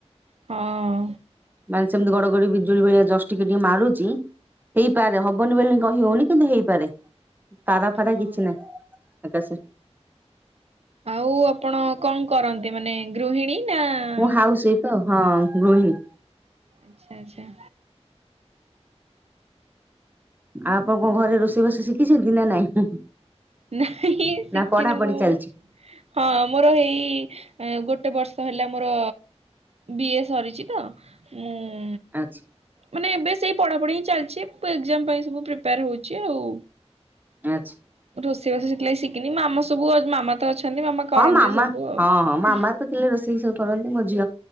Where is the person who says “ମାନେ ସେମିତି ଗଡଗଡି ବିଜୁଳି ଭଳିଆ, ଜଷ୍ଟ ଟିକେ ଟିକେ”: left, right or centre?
Right